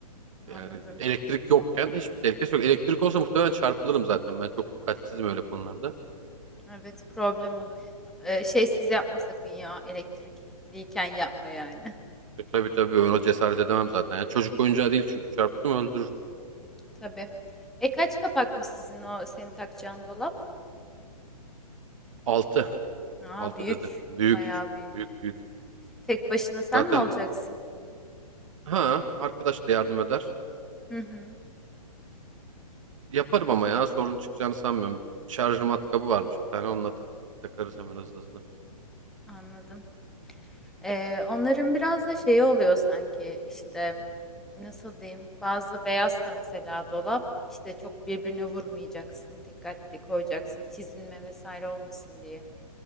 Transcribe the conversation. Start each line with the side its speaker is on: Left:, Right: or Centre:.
Centre: anladım.
Right: Yani elektrik yokken hiçbir tehlikesi yok. Elektrik olsa muhtemelen çarpılırım zaten. Ben çok dikkatsizim öyle konularda.
Centre: Evet problem olur. Ee, şeysiz yapma sakın ya elektrikliyken yapma yani.
Right: E, tabii tabii ben ona cesaret edemem zaten. Yani çocuk oyuncağı değil çünkü çarptım öldürür.
Centre: <laughs> Tabii. E kaç kapakmış sizin o senin takacağın dolap?
Right: Altı
Centre: Aa
Right: 6
Centre: büyük.
Right: dedi. Büyük.
Centre: Bayağı büyük.
Right: Büyük büyük.
Centre: Tek başına sen
Right: Zaten
Centre: mi olacaksın?
Right: ha arkadaş da yardım eder.
Centre: Hı hı
Right: Yaparım ama ya sorun çıkacağını sanmıyorum. Şarjör matkabı varmış bir tane onunla tık tık takarız hemen hızlı hızlı.
Centre: anladım. Ee, onların biraz da şeyi oluyor sanki işte nasıl diyeyim bazı beyazsa mesela dolap işte çok birbirine vurmayacaksın dikkatli koyacaksın çizilme vesaire olmasın diye.